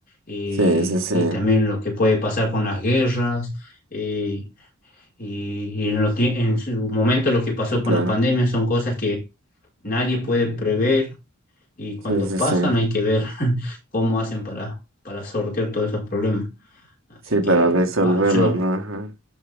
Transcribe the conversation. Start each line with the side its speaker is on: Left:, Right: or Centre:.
Left: eh,
Right: sí, sí, sí.
Left: y también lo que puede pasar con las guerras. eh, y y en, lo que- en su momento lo que pasó
Right: Sí, claro.
Left: con la pandemia son cosas que nadie puede prever y cuando
Right: Sí, sí,
Left: pasan
Right: sí.
Left: hay que ver <laughs> cómo hacen para, para sortear todos esos problemas. Así
Right: Sí,
Left: que,
Right: para resolverlo,
Left: va, yo,
Right: ¿no? Ajá.